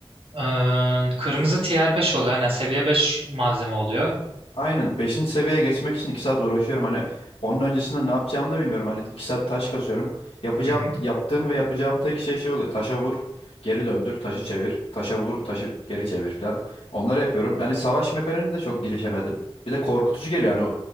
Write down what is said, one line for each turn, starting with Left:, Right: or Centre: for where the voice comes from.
Right: Ee, kırmızı tier 5 oluyor. Yani seviye 5 malzeme oluyor.
Left: Aynen. Beşinci seviyeye geçmek için 2 saat uğraşıyorum. Hani onun öncesinde ne yapacağımı da bilmiyorum. Hani 2 saat taş kasıyorum. Yapacağım,
Right: Hı hı.
Left: yaptığım ve yapacağım tek şey şey oluyor. Taşa vur, geri döndür, taşı çevir, taşa vur, taşı geri çevir falan. Onları yapıyorum. Yani savaş mekaniğine de çok girişemedim. Bir de korkutucu geliyor. Hani o